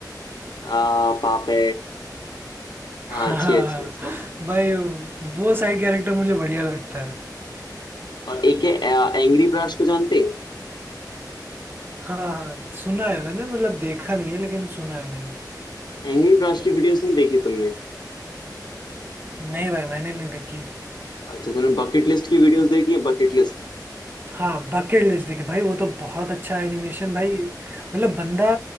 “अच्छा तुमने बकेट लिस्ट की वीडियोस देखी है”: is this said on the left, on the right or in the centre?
Left